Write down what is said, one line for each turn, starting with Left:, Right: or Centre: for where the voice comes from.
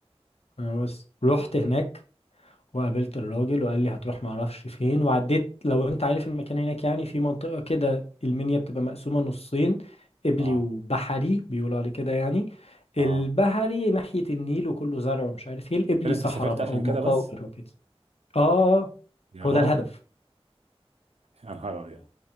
Left: انا بس رحت هناك وقابلت الراجل وقال لي هتروح معرفش فين وعديت لو انت عارف المكان هناك يعني في منطقة كده المنيا بتبقى مقسومة نصين قبلي
Right: اه
Left: وبحري بيقولوا عليه كده يعني البحري
Right: اه
Left: ناحية النيل وكله زرع ومش عارف ايه القبلي
Right: كده انت
Left: صحراء
Right: سافرت
Left: بقى
Right: عشان
Left: ومقابر
Right: كده بس
Left: وكده اه
Right: يا
Left: هو
Right: راجل
Left: ده الهدف
Right: يا نهار ابيض